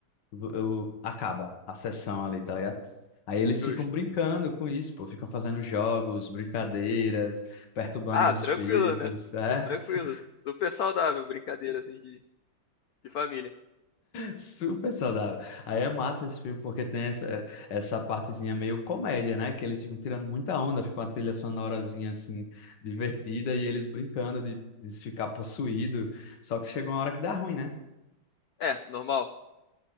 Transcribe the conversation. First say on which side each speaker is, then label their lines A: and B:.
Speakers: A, on the left (about 55°); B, on the left (about 85°).
A: v- eu- acaba a sessão ali, tá ligado? Aí eles
B: justo.
A: ficam brincando com isso, pô, ficam fazendo jogos, brincadeiras, perturbando
B: Ah,
A: os espíritos,
B: tranquilo, né?
A: é
B: É Tranquilo.
A: <laughs> su-
B: Super saudável, brincadeira assim de, de família.
A: super saudável. Aí é massa esse filme porque tem essa, essa partezinha meio comédia, né? Que eles ficam tirando muita onda, fica uma trilha sonorazinha assim divertida e eles brincando de, de ficar possuído. Só que chega uma hora que dá ruim, né?
B: É, normal.